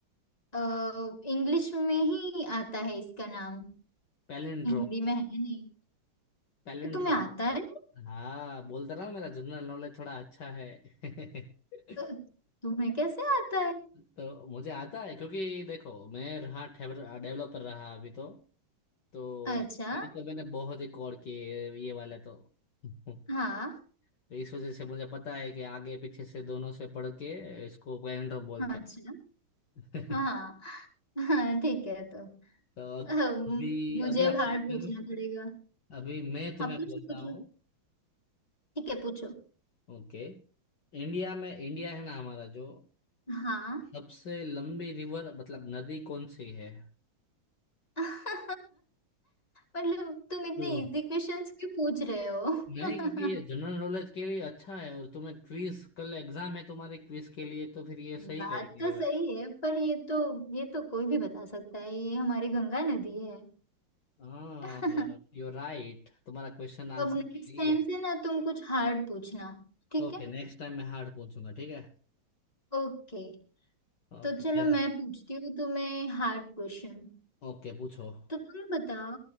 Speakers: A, on the left; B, on the left.
A: अ इंग्लिश में ही आता है इसका नाम
B: पैलिंड्रोम
A: हिंदी में है नहीं
B: पैलिंड्रोम
A: तो तुम्हें आता है
B: हाँ बोलता रहा हूँ मेरा जनरल नॉलेज थोड़ा अच्छा है <laughs>
A: अ, तुम्हें कैसे आता
B: तो मुझे आता है क्योंकि देखो मैं रहा डेवलपर रहा अभी तो तो
A: है अच्छा
B: ये तो मैंने बहुत ही कॉल किए ये वाले तो <laughs>
A: हाँ
B: तो इस वजह से मुझे पता है कि आगे पीछे से दोनों से पढ़ के इसको पैनड्रम बोलते
A: अच्छा
B: हैं <laughs>
A: हाँ हाँ ठीक है तो
B: तो अग-
A: अम,
B: अभी
A: मुझे
B: अगला
A: अब
B: क्वेश्चन
A: हार्ड पूछना पड़ेगा
B: अभी मैं तुम्हें
A: हाँ पूछो
B: बोलता
A: पूछो
B: हूँ
A: ठीक है पूछो
B: ओके इंडिया में इंडिया है ना हमारा जो
A: हाँ
B: सबसे लंबी रिवर मतलब नदी कौन सी है
A: <laughs> मतलब तुम इतने
B: तो-
A: इजी क्वेश्चंस क्यों पूछ रहे हो
B: नहीं क्योंकि ये जनरल
A: <laughs>
B: नॉलेज के लिए अच्छा है और तुम्हें क्विज कल एग्जाम है तुम्हारे क्विज के लिए तो फिर ये सही
A: बात
B: रहेगा
A: तो
B: ये वाला
A: सही है पर ये तो ये तो कोई भी बता सकता है ये हमारी गंगा नदी है
B: हाँ
A: <laughs>
B: यू राइट तुम्हारा क्वेश्चन आंसर
A: अब नेक्स्ट
B: सही
A: टाइम
B: है
A: से ना तुम कुछ हार्ड पूछना ठीक
B: ओके
A: है
B: नेक्स्ट टाइम मैं हार्ड पूछूंगा ठीक है
A: ओके
B: ओके
A: तो चलो
B: चलो
A: मैं पूछती हूँ तुम्हें हार्ड क्वेश्चन
B: ओके पूछो
A: तो तुम बताओ